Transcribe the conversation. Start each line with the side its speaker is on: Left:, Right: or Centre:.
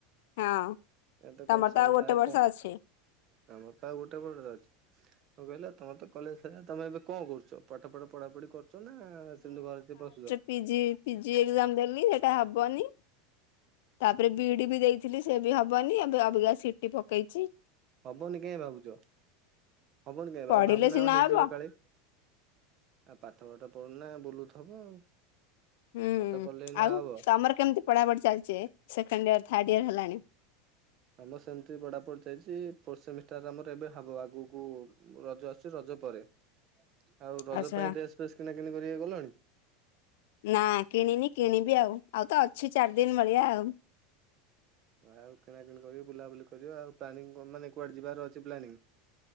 Left: ହଁ
Right: ତ
Left: ତମର
Right: କଲେଜ ସରିଗଲା
Left: ଗୋଟେ
Right: ଆଉ
Left: ବର୍ଷ
Right: କଣ
Left: ଅଛି
Right: ଆମର ତ ଗୋଟେ <unintelligible> ଅଛି। ମୁଁ କଇଲି ଆଉ ତମର ତ କଲେଜ ସରିଗଲା। ତମେ ଏବେ କଣ କରୁଚ ପାଠ ଫାଠ ପଢାପୁଢି କରୁଚ ନା? ନା ସେମିତି ଘରେ <unintelligible> ବସୁଚ?
Left: ପିଜି-ପିଜି ଏଗ୍ ଜାମ୍ ଦେଲି ସେଇଟା ହବନି ତାପରେ ବି ଇ ଡି ବି ଦେଇ ଥିଲି ସିଏ ବି ହବନି ଏବେ ଅବିକା ସିଟି ପକେଇଚି।
Right: ହବନି କାଇଁ ଭାବୁଚ ହବନି କାଇଁ ଭା-ଭାବୁନାଅ
Left: ପଢିଲେ ସିନା
Right: ହେଇଯିବ
Left: ହବ
Right: କାଳେ। ଆଉ ପାଠ ଫାଠ ପଢୁନା ବୁଲୁଥବ ଆଉ।
Left: ହୁଁ
Right: ପାଠ ପଢିଲେ ନା
Left: ଆଉ
Right: ହବ।
Left: ତମର କେମିତି ପଢାପଢି ଚାଲିଚେ ସେକେଣ୍ଡ ଇୟର ଥାର୍ଡ ଇୟର ହେଲାଣି?
Right: ଆମର ସେମିତି ପଢ଼ାପୁଢ଼ି ଚାଲିଚି ଫୋର୍ ସେମିଷ୍ଟାର ଆମର ଏବେ ହବ ଆଗୁକୁ। ରଜ ଆସୁଚି ରଜ ପରେ ଆଉ ରଜ
Left: ଆଚ୍ଛା
Right: ପାଇଁ ଡ୍ରେସ ଫ୍ରେସ କିଣାକିଣି କରବାକୁ ଗଲଣି?
Left: ନା କିଣିନି କିଣିବି ଆଉ ଆଉ ତ ଅଛି ଚାରି ଦିନ ଭଳିଆ ଆଉ।
Right: ଆଉ କିଣାକିଣି କରିକି ବୁଲାବୁଲି କରିବ ଆଉ ପ୍ଲାନିଂ କଣ ମାନେ କୁଆଡେ ଯିବାର ଅଛି ପ୍ଲାନିଂ?